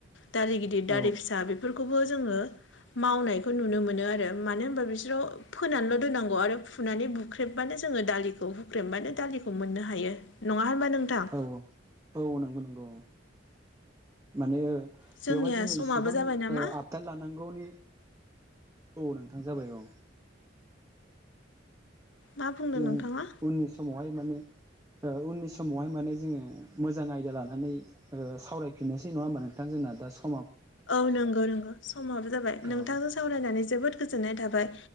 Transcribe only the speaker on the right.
औ
औ औ औ नंगौ नंगौ औ माने ओ
बेवहाय जोङो
इसिबां
ओ आब दा लानांगौनि औ नोंथां जाबाय औ
उम
उननि समावहाय माने ओ उननि समावहाय माने जोङो मोजां आयदा लानानै ओ सावरायफिननोसै नङा होमबा नोंथां जोंना दा समा
औ